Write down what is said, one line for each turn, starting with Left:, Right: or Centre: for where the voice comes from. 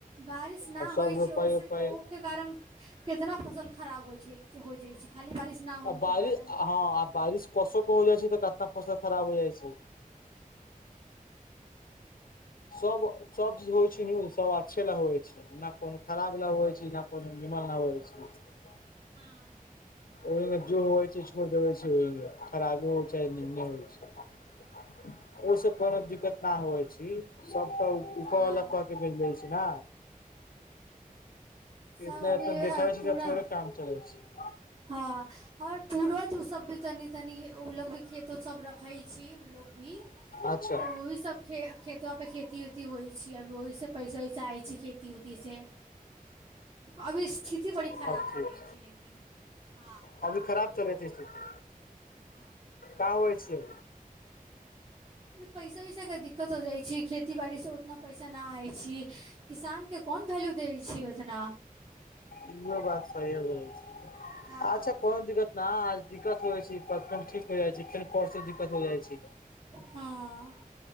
Right: बारिश ना
Left: आब सब
Right: होइ
Left: रोपै
Right: छै ओ
Left: उपै
Right: ओ
Left: आ
Right: के कारण कितना फसल खराब होइ छै हो जाइ छै खाली बारिश ना होइके
Left: आ बारिश
Right: कारण
Left: हँ आ बारिश कसोक के हो जाइ छै तऽ कितना फसल खराब हो जाइ छै सब सब चीज होइ छै न सब अच्छे ल होइ छै कोनो खराब होह छी न को हमाल नहि होह छी <unintelligible>
Right: हँ
Left: ओहि जो होइ छै छोड़ देबै छै ओहि खराबी होइ छै निमन होइ छै ओहिस कोनो दिक्कत न होइ छी सबटा ऊपर
Right: हँ
Left: वला क के भज दै छी ने
Right: सब
Left: एना
Right: अभी
Left: एतना देखखाै छै
Right: पूरा
Left: त थोड़े काम चले छै
Right: हँ ओर पूर्ज ओ सब भी तनी तनी ओ लोग भी खेतो सब रखे छी ल भी
Left: अच्छा
Right: तऽ ओही सब ख खेत पे खे खेती उती होइ छै अ ओहिसँ पैसोसाहै छै खेती उेतीसँ अभी स्थिति बड़ी खराब
Left: अब ठीक
Right: चलै छै लेकिन हँ
Left: अभी खराब चले छैे स्थिति
Right: हँ
Left: क होइ छिय
Right: पैसा उैसाके दिक्कत हो जाइ छै खेती बाड़ीसँ उतना पैसा नहि आइ छी किसान के कोन वैल्यू दै छ ओतना
Left: इहो बात सह बोलै छै
Right: हँ
Left: अच्छा कोनो दिक्कत न दिक्कत होइ छै ठीक हो जाइ छै फेर परसँ दिक्कत हो जाइ छै
Right: हँ